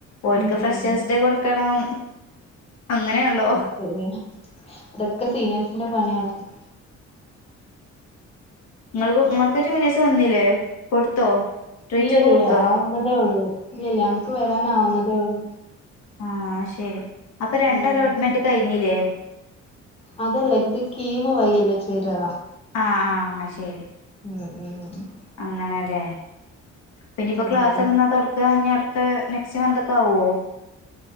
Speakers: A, on the left; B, on the left.
A: ഓലക്ക്
B: ഉം
A: ഫ്രഷേഴ്സ്
B: ഉം
A: ഡേ കൊടുക്കണം അങ്ങനെയാല്ലോ
B: <unintelligible> അതൊക്കെ സീനിയേഴ്സിന്റെ പണിയാണല്ലോ
A: <unintelligible> ഉമ്മക്ക് ജൂനിയേഴ്സ് വന്നില്ലേ കൊടുത്തോ ട്രീറ്റ്സ്
B: ഇല്ല
A: ഒക്കെ
B: ഇല്ല
A: കൊടുത്തോ
B: ആവുന്നതേ ഉള്ളൂ ഇല്ലല്ല ഞങ്ങക്ക് വരാനാവുന്നതേ ഉള്ളൂ
A: ആ ശരി അപ്പൊ രണ്ട്
B: ഉം
A: അലോട്ട്മെന്റ് കഴിഞ്ഞില്ലേ
B: അതെല്ല ത് കീമ് വയില്ല ചെയരാ
A: ആ ആ ശരി
B: ഉം ഉം ഉം ഉ
A: അങ്ങനെല്ലേ പിന്നയിപ്പോ
B: ഉം
A: ക്ലാസ്
B: അതാണ്
A: എങ്ങാ തൊടക്ക അടുത്ത നെ ശാന്തക്കാവോ